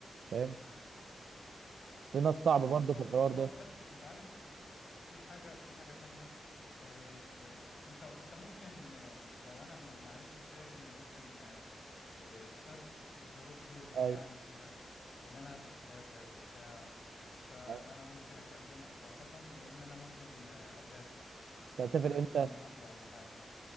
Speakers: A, on the right; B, on the left.
A: فاهم في ناس صعبه
B: ايوه
A: برضه
B: بالظبط
A: في الحوار
B: هو
A: ده
B: بس انت عارف في حاجه في حاجه تانية إيه إيه، انت انت ممكن آه، لو انا ما ما عرفتش اجي ممكن آه، آه، بسبب ظروف شغل
A: ايوه
B: يعني وكده وان انا هبقى مسافر وبتاع فانا
A: آه.
B: ممكن اكلمه صراحه لان انا ممكن آه، اسافر
A: انت
B: اسافر
A: هتسافر امتى
B: كمان بكره ولا حاجه